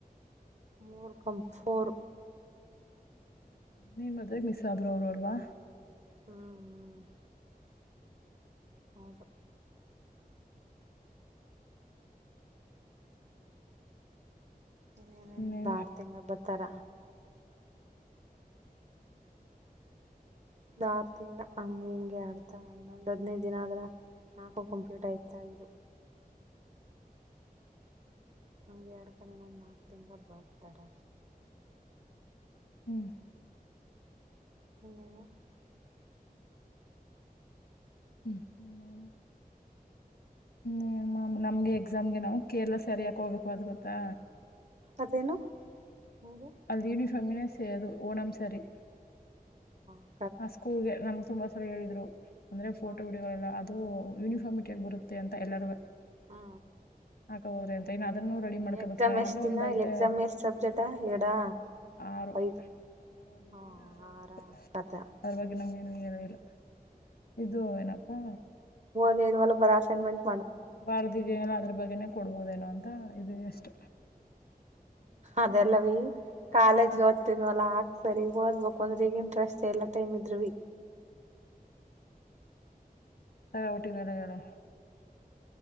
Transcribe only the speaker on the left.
ನಿಮ್ ಮದುವೆಗೆ ಮಿಸ್ ಆದ್ರರು ಅವರು ಅಲ್ವಾ
ಇನ್ನೇನು
ಹ್ಮ್
ಹ್ಮ್ ಇನ್ನೇನು ಹ ಮಾ ನಮ್ಗೆ ಎಕ್ಸಾಮ್ಗೆ ನಾ ಕೇರಳ ಸರಿಯಾಕ್ ಹೋಗಬೇಕು ಅದ್ ಗೊತ್ತಾ
ಅಲ್ಲಿ ಯೂನಿಫಾರ್ಮ್ ಿನ ಸೇ ಅದು ಓಣಂ ಸರಿ
ಆ ಸ್ಕೂಲ್ಗೆ ನಮಗ್ ತುಂಬಾ ಸರಿ ಹೇಳಿದ್ರು ಅಂದ್ರೆ ಫೋಟೋ
ವಿಡಿಯೋಗಳೆಲ್ಲ ಅದು ಯೂನಿಫಾರ್ಮಿಟ್ಗ ಬರುತ್ತೆ ಅಂತ ಎಲ್ಲರೂವೇ
ಹಾಬೋದ್ರ ಎಂತ ಅದನ್ನು ರೆಡಿ ಮಾಡ್ಕೋಬೇಕುಣಂದ್ರೆ
ಒಂದು ಐತೆ
ಆರು
ಆರು ವರ್ಷದ
ಇದೆ ಆರ ಇರ್ಬೇಕು
ಅದ್ರ ಬಗ್ಗೆ ನಮ್ಗೇನು ಹೇಳಲಿಲ್ಲ ಇದು ಏನಪ್ಪಾ
ಬಾರದಿದನಲ್ಲ ಅದ್ರ ಬಗ್ಗೆನೆ ಕೊಡ್ಬೋದೇನೋ ಅಂತ ಇದು ಅಷ್ಟ
ತಗಾವಟ್ಟಿ ಮನ ನ